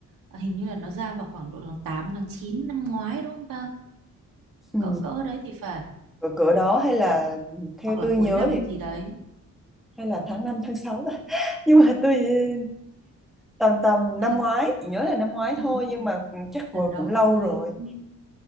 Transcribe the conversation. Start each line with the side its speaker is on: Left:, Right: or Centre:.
Right: à, hình như là nó ra vào khoảng độ tháng 8 tháng 9 năm ngoái đúng không ta?
Centre: Ừ.
Right: Cỡ cỡ đấy thì phải
Centre: cỡ cỡ đó hay là theo
Right: hoặc là
Centre: tôi nhớ
Right: cuối năm
Centre: thì
Right: gì đấy.
Centre: hay là tháng 5 tháng 6 ta <laughs> nhưng mà tôi ờ, tầm tầm
Right: Tôi
Centre: năm ngoái
Right: tôi
Centre: chỉ nhớ là năm ngoái
Right: ừ,
Centre: thôi nhưng
Right: ừ.
Centre: mà chắc cũng,
Right: đợt đó
Centre: cũng lâu
Right: là tôi
Centre: rồi
Right: cũng